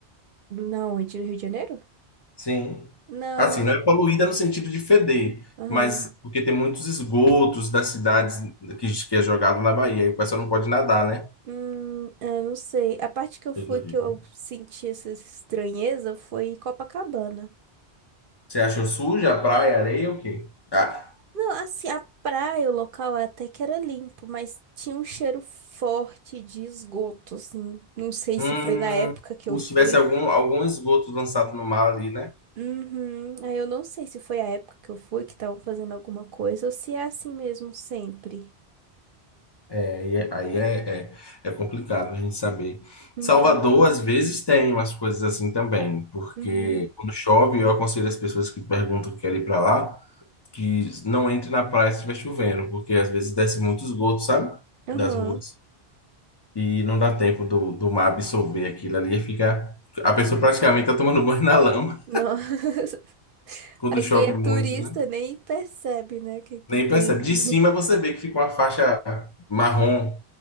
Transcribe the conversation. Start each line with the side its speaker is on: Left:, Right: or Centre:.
Right: Na onde? No Rio de Janeiro?
Left: Sim.
Right: Não,
Left: Assim,
Right: eu não.
Left: não é poluída no sentido de feder,
Right: Aham.
Left: mas porque tem muitos esgotos das cidades que, que é jogado na Bahia, e o pessoal não pode nadar, né?
Right: Hum, eu não sei. A parte que eu
Left: Coisa
Right: fui
Left: horrível.
Right: que eu senti essa estranheza foi Copacabana.
Left: Você achou suja a praia, a areia ou o quê? Ah,
Right: Não, assim, a praia, o local até que era limpo, mas tinha um cheiro forte de esgoto, assim. Não sei
Left: hum,
Right: se foi na época que
Left: como
Right: eu fui.
Left: se tivesse algum, algum esgoto lançado no mar ali, né?
Right: Uhum. Aí eu não sei se foi a época que eu fui que estavam fazendo alguma coisa ou se é assim mesmo sempre.
Left: É, aí é, aí é, é- é complicado a gente saber.
Right: Uhum.
Left: Salvador, às vezes, tem umas coisas assim também, porque
Right: Uhum.
Left: quando chove, eu aconselho as pessoas que perguntam que querem ir para lá, que não entre na praia se estiver chovendo, porque às vezes desce muito esgoto, sabe?
Right: Aham.
Left: Das ruas. E não dá tempo do, do mar absorver aquilo ali e fica. A pessoa praticamente tá tomando <laughs> banho na lama
Right: Nossa. <laughs>
Left: <laughs> quando
Right: Aí
Left: chove
Right: quem é turista
Left: muito, né?
Right: nem percebe, né, que, que
Left: Nem
Right: tem
Left: percebe.
Right: ali.
Left: De
Right: <laughs>
Left: cima você vê que fica uma faixa marrom,